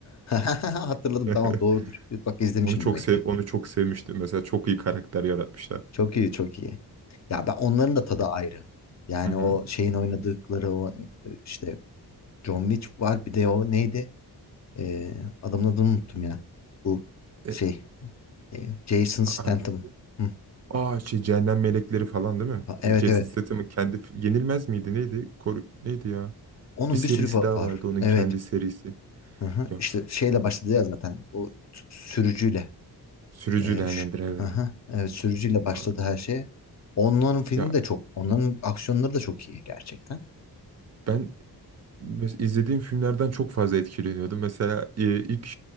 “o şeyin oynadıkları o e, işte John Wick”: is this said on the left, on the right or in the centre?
Left